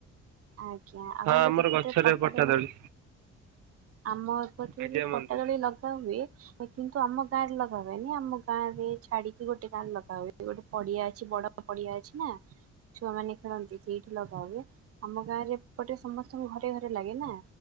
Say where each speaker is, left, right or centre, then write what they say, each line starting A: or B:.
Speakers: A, on the right (about 50°); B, on the right (about 80°).
A: ଆଜ୍ଞା ଆପଣଙ୍କ
B: ହଁ ଆମର
A: ସେପଟରେ
B: ଗଛରେ
A: ପଟାଦୋଳି।
B: ପଟା ଦୋଳି
A: ଆମ ଏପଟରେବି
B: ଆଜ୍ଞା
A: ପଟାଦୋଳି
B: ବନ୍ଧୁ
A: ଲଗାହୁଏ। କିନ୍ତୁ ଆମ ଗାଁରେ ଲଗା ହୁଏନି ଆମ ଗାଁରେ ଛାଡିକି ଗୋଟେ ଗାଁରେ ଲଗାହୁଏ ଗୋଟେ ପଡିଆ। କିଛି ବଡ ପଡିଆ ଅଛିନା? ଛୁଆମାନେ ଖେଳନ୍ତି ସେଇଠି ଲଗାହୁଏ ଆମ ଗାଁରେ ଏପଟେ ସମସ୍ତଙ୍କ ଘରେ ଘରେ ଲାଗେନା।